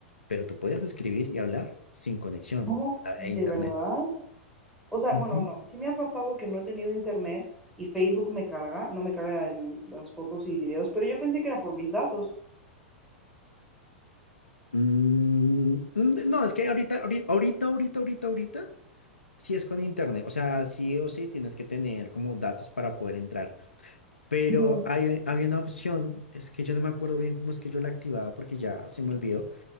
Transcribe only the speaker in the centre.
¿Cómo?
¿De
verdad? O sea,
bueno, no, sí me ha pasado que no he tenido internet y Facebook me carga, no me carga el- las fotos y videos, pero yo pensé que era por mis datos.
Ujú,